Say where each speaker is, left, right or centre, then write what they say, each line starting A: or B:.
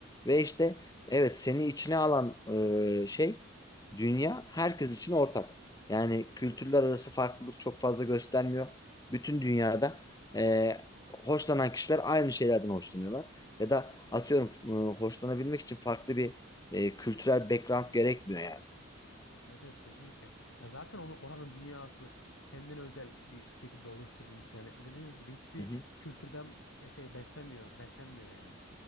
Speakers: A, on the left; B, on the left.
A: Ve işte evet seni içine alan e, şey dünya herkes için ortak. Yani kültürler arası farklılık çok fazla göstermiyor. Bütün dünyada e, hoşlanan kişiler aynı şeylerden hoşlanıyorlar. Ya da atıyorum e, hoşlanabilmek için farklı bir e, kültürel background gerekmiyor yani.
B: Evet evet kesinlikle. Ya zaten onu oranın dünyası kendine özel bir şekilde oluşturulmuş yani. Dediğiniz gibi hiçbir
A: Hı hı.
B: kültürden e, şey beslemiyor, beslenmiyor yani.